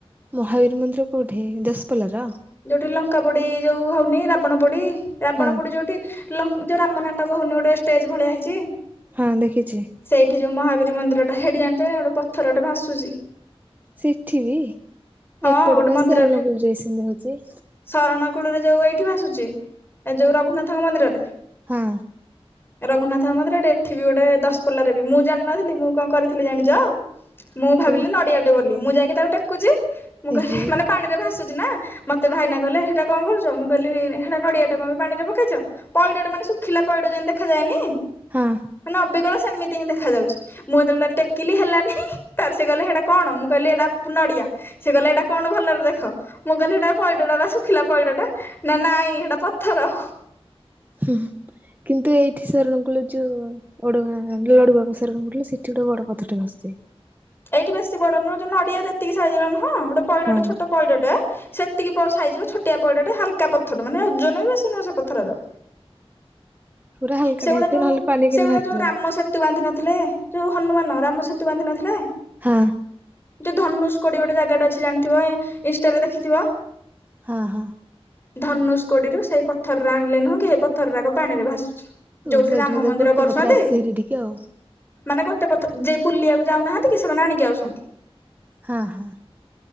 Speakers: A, on the right; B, on the left.
A: ମହାବୀର ମନ୍ଦିର କୋଉଠି ଦଶପଲ୍ଲ ର?
B: ଯୋଉଠି ଲଙ୍କା ପୋଡି ଯୋଉ ହଉନି ରାବଣ ପୋଡି ରାବଣ
A: ହଁ
B: ପୋଡି ଯୋଉଠି ଲ ଯେଉଁ ରାମ ନାଟକ ହେଉନି ଗୋଟେ ଷ୍ଟେଜ୍ ଭଳିଆ ହେଇଛି?
A: ହଁ ଦେଖିଛି।
B: ସେଇଠି ଯୋଉ ମହାବୀର ମନ୍ଦିର ଟା ହେଇଠି ଜାଣିଚ କି ନାଇ ଗୋଟେ ପଥରଟେ ଭାସୁଛି।
A: ସେଠି ବି
B: ହଁ
A: ଏପଟେ
B: ଗୋଟେ
A: ବା
B: ମନ୍ଦିରରେ
A: ସରଣକୁଳୁ ରେ ସେମିତି ହଉଛି।
B: ଶରଣ କୁଳରେ ଯୋଉ ଏଇଠି ଭାସୁଛି ଯୋଉ ରଘୁନାଥଙ୍କ ମନ୍ଦିରରେ।
A: ହଁ।
B: <inaudible> ରଘୁନାଥଙ୍କ ମନ୍ଦିରରେ ଏଠି ଗୋଟେ ଦଶପଲ୍ଲା ରେ ବି ମୁଁ ଜାଣିନଥିଲି ମୁଁ କଣ କରିଥିଲି ଜାଣିଚ? ମୁଁ ଭାବିଲି
A: ତମେ
B: ନଡିଆ ଟେ ବୋଲି ମୁଁ ଯାଇକି ତାକୁ ଟେକୁଛି ମୁଁ
A: ଏହେ
B: କହିଲି ମାନେ ପାଣି ରେ ଭାସୁଛି ନା। ମୋତେ ଭାଇନା କହିଲେ ହେଇଟା କଣ କରୁଛ ମୁଁ କହିଲି ହେଟା ନଡ଼ିଆଟା କଣ ପାଇଁ ପାଣିରେ ପକେଇଛ? ପଇଡ ଟା ମାନେ ଶୁଖିଲା ପଇଡ଼ ଯମିତି ଦେଖାଯାଏନି?
A: ହଁ।
B: ମାନେ ଅବିକଳ ସେମିତି ହିଁ ଦେଖା ଯାଉଛି। ମୁଁ ଯେତେଳେ ତାକୁ ଟେକିଲି ହେଲାନି ତାର ସେ କହିଲେ ହେଟା କଣ ମୁଁ କହିଲି ଏଟା ନଡିଆ। ସେ କହିଲେ ଏଇଟା କଣ ଭଲରେ ଦେଖ ମୁଁ କହିଲି ହେଟା ପଇଡଟା ବା ଶୁଖିଲା ପଇଡ ଟା ନା ନାଇଁ ହେଟା ପଥର।
A: ହୁଁ ହୁଁ କିନ୍ତୁ ଏଇଠି ସାରଣ କୁଳୁ ଯୁ ଓଡଗାଁ ଲଡୁବାବା ସରଣକୁଳୁ ସେଠି ଗୋଟେ ବଡ ପଥରେ ଟେ ଭାସୁଛି।
B: ଏଇଠି ବେଶୀ ବଡ ନୁହଁ ଯୋଉ ନଡିଆ ଯେତିିକି ସାଇଜିର ନୁହଁ ଗୋଟେ ପଇଡ
A: ହଁ
B: ଟେ ଛୋଟ ପଇଡଟେ ସେତିକି ପ ସାଇଜିର ଛୋଟିଆ ପଇଡାଟେ ହାଲକା ପଥର ମାନେ ଓଜନ ବି ବେଶୀ ନୁହେଁ ସେ ପଥରର।
A: ପୁରା ହାଲକାଟା
B: ସେଗୁଡା
A: ହେଇଥିବ
B: ଯୋଉ
A: ନହେଲେ ପାଣି କେମିତି
B: ସେଗୁଡା
A: ଭାସିବ।
B: ଯୋଉ ରାମ ସେ ସେତୁ ବାନ୍ଧି ନଥିଲେ ଯୋଉ ହନୁମାନ ରାମ ସେତୁ ବାନ୍ଧି ନଥିଲେ?
A: ହଁ।
B: ଯୋଉ ଧନୁଷ କୋଡି ଗୋଟେ ଜାଗା ଟା ଅଛି ଜାଣିଥିବ ଇନଷ୍ଟାରେ ଦେଖିଥିବ।
A: ହଁ ହଁ।
B: ଧନୁଷ କୋଡିରୁ ସେଇ ପଥରରେ ଆଣିଲେ ନୁହଁ କି ହେଇ ପଥରୁରା ପାଣିରେ ଭାସୁଛି।
A: ଓ
B: ଯୋଉଠି
A: ସେଇଠି
B: ରାମ
A: ବୋଧେ
B: ମନ୍ଦିର
A: ଗୋଟେ
B: କରୁସନ୍ତି
A: ପଥରେ ଆସିଛି ହେରି ଟିକେ ଆଉ
B: ମାନେ ଗୋଟେ ପଥ ଯେ ବୁଲିବାକୁ ଯାଉନାହାନ୍ତି କି ସେମାନେ ଆଣିକି ଆଉଛନ୍ତି।
A: ହାଁ।